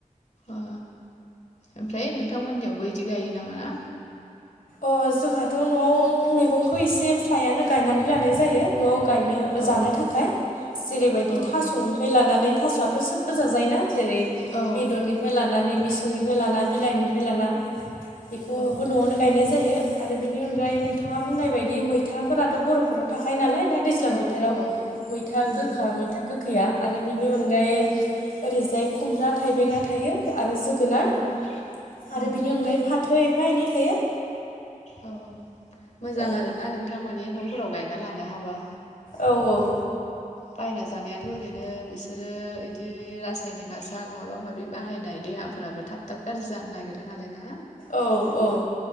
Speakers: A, on the left (about 55°); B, on the left (about 85°).
A: औ! ओमफ्राय नोंथांमोननियावबो इदि गाइयो नामा ना?
B: अ जोंहाथ' न'आव मैगंखौ एसे फ्राइयानो गायनानै लानाय जायो! न'आव गायनो
A: औ
B: जानो थाखाय जेरैबायदि
A: औ
B: थास'नि फै लानानै थास'आथ' सोबबो जायोना जेरै
A: औ
B: बेदरनि खौ लानानै बिसंनिफ्राय लाना बिलाइनिफ्राय लाना बेखौबो
A: औ
B: न'आवनो गायनाय जायो आरो बिनि अनगायै नोंथाङा बुंनाय बायदि मैथाफोराथ' बर'फोराव थाखायायो नालाय दा दैज्लां
A: औ
B: बोथोराव
A: औ
B: मैथा
A: उम
B: गोखा मैथा गोखैया आरो बेनि अनगायै
A: औ
B: ओरैजाय खुमब्रा थाइबेंआ थायो आरो जोगोनार
A: औ उम
B: आरो बेनि अनगायै फाथो दै एफा एनै थायो
A: औ मोजां
B: औ
A: आरोना नोंथां मानि न'फोराव गायना लानो हाबा
B: औ औ
A: बायना जानायाथ' ओरैनो बिसोरो इदि रासायनिक हासार माबा-माबि बाहायनाय देहाफोराबो थाब थाब गाज्रि जानो नागिरो नालाय ना?
B: औ औ